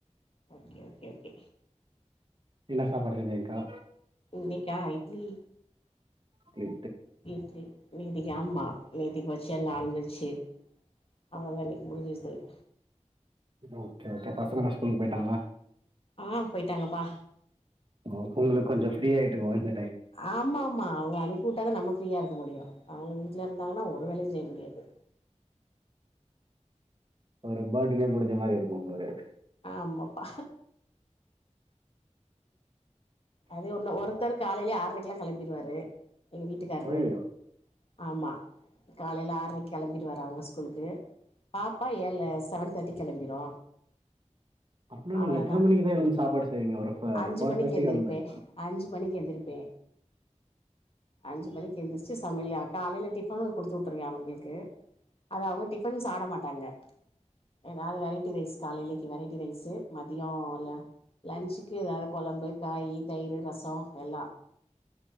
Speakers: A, on the left; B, on the right.
A: ஓகே ஓகே ஓகே
B: என்னா சாப்பாடு செஞ்சேங்க்கா
A: இன்னைக்கா இட்லி
B: ட்லி
A: இட்லி நேதிகி ஆம்மா நேத்திக் வச்ச நான்வெஜி அவலதா இன்னைக் முடிஞ்சிருச் தோழி
B: ஓகே ஓகே பசங்களா ஸ்கூலுக் போயிட்டாங்களா
A: ஆ போய்டாங்கப்பா
B: ஓ உங்களுக் கொஞ்ச ஃப்ரீ ஆயிட்டுக்கு ஒட்னே
A: ஆமா ஆமா அவுங்கள அனிப்பூட்டாதா நம்ம ஃப்ரீயா இருக்க முடியு அவுங்க வீட்ல இருந்தாங்னா ஒரு வேளையு செய் முடி யது
B: ஒரு பஃர்டனே முடிஞ்ச மாரி இருக்கு உங்களுக்கு
A: அம்மப்பா அது உள்ள ஒருத்தர் காலைலியே ஆர்ரைக் ட்லா கெளம்பிருவாரு எங்க வீட்டுக்கார்ரு
B: அய்யய்யோ
A: ஆம்மா காலைல ஆர்ரைக் கெளம்பிருவாரு அவுங்க ஸ்கூலுக்கு பாப்பா ஏழ செவன் தேர்ட்டிக் கெளம்பிரு
B: அப்னா
A: அவ்வளோதா
B: நீங்க எத்தன மணிக்குதா எழுந்து சாப்பாடு செய்வீங்க ஒரு ஃப
A: அஞ்சு
B: ஃபோர்
A: மணிக்கு
B: தேர்ட்டிக்கு
A: எந்திரிப்பே
B: அந்த மாரி
A: அஞ்சு மணிக்கு எந்திரிப்பே அஞ்சு மணிக்கு எந்திரிச்சு சமையிலா காலைல டிஃபனு குடுத்தூட்ருவ அவங்களுக்கு அத அவுங்க டிஃபன் சாப்ட மாட்டாங்க எதாவது வெரைட்டி ரைஸ் காலைலிக்கி வெரைட்டி ரைஸ்சு மதியோ ல லன்ச்க் கு ஏதாவது கொழம்பு காயி தயிரு ரச எல்லா